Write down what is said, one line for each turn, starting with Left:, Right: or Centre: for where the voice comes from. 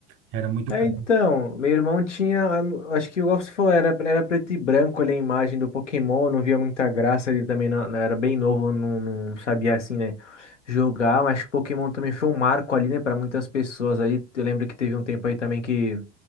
Right: Era muito
Left: É,
Right: caro.
Left: então, meu irmão tinha, a- acho que igual você falou, era, era preto e branco ali a imagem do Pokémon, eu não via muita graça, ele também não, não- era bem novo, não, não sabia assim, né, jogar, mas Pokémon também foi um marco ali, né, para muitas pessoas ali, eu lembro que teve um tempo aí também que